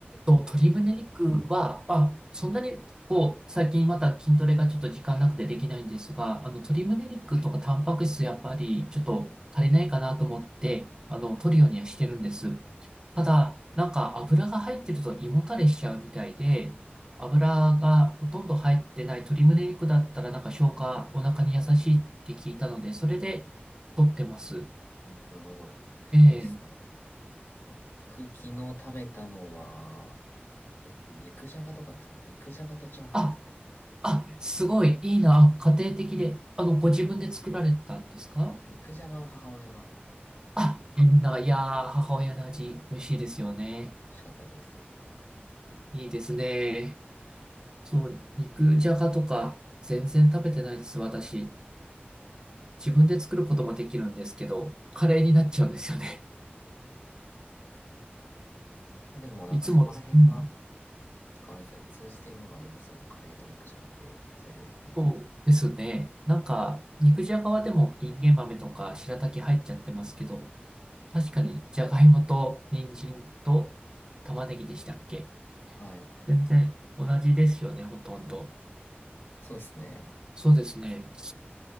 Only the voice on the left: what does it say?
あ、なるほど。
いいですね。僕、昨日食べたのは、え、肉じゃがとかですか肉じゃがとチャーハンですね。
あ肉じゃがは母親が
美味しかったです。
なんか、
まあ、でもなんかそこら辺は、
あれですね、通じてるものありますよね。カレーと肉じゃがって、材料的にも。
はい。
そうですね。